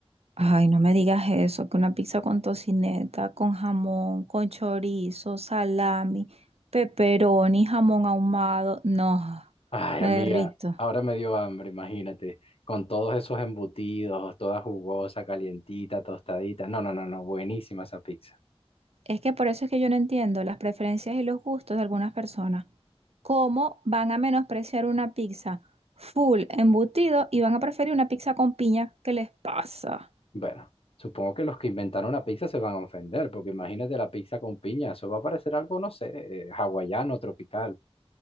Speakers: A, on the right; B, on the left.
A: Ay, no me digas eso, que una pizza con tocineta, con jamón, con chorizo, salami, pepperoni, jamón ahumado, no,
B: Ay,
A: me
B: amiga,
A: derrito.
B: ahora me dio hambre, imagínate, con todos esos embutidos, toda jugosa, calientita, tostadita. No, no, no, no, buenísima esa pizza.
A: Es que por eso es que yo no entiendo las preferencias y los gustos de algunas personas. ¿Cómo van a menospreciar una pizza full embutido y van a preferir una pizza con piña? ¿Qué les pasa?
B: Bueno, supongo que los que inventaron la pizza se van a ofender, porque imagínate la pizza con piña, eso va a parecer algo, no sé, eh, hawaiano, tropical.